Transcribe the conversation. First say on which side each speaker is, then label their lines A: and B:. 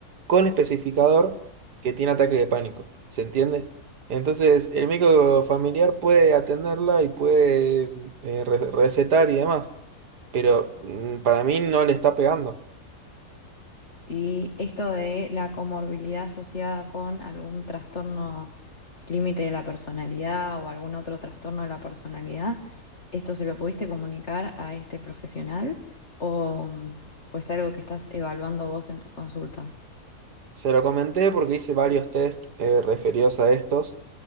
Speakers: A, on the right; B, on the left.
A: con especificador que tiene ataque de pánico. ¿Se entiende? Entonces, el médico familiar puede atenderla y puede eh, re- recetar y demás, pero mm, para mí no le está pegando.
B: Y esto de la comorbilidad asociada con algún trastorno límite de la personalidad o algún otro trastorno de la personalidad, ¿esto se lo pudiste comunicar a este profesional o, o es algo que estás evaluando vos en tus consultas?
A: Se lo comenté porque hice varios test eh, referidos a estos,